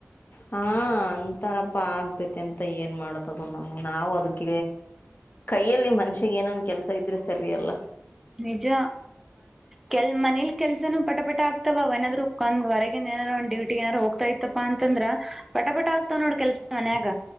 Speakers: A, on the left; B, in the centre.
A: ಹಾ ಅಂತಾರಪ್ಪ ಆಗ್ತೇತಿ ಅಂತ ಏನ್ ಮಾಡ್ತದ ನಮ ನಾವವು ಅದಕ ಕೈಯಲ್ಲಿ ಮನ್ಷ್ಯಗ್ ಏನನ್ ಕೆಲ್ಸ ಇದ್ರೆ ಸರಿ ಅಲ್ಲ
B: ನಿಜ ಕೆಲ್ ಮನೇಲಿ ಕೆಲ್ಸನೂ ಪಟಪಟ ಆಗ್ತಾವ ಅವ ಏನಾದ್ರು ಒಂದ್ರೆಗ ಏನಾರ ಒ ಡೂಟಿ ಏನಾರರು ಹೋಗ್ತಾಐತ್ತಪ್ಪ ಅಂದ್ರ ಪಟಪಟ ಆಗ್ತಾವ ನೋಡ್ ಕೆಲ್ಸ ಮನ್ಯಾಗ.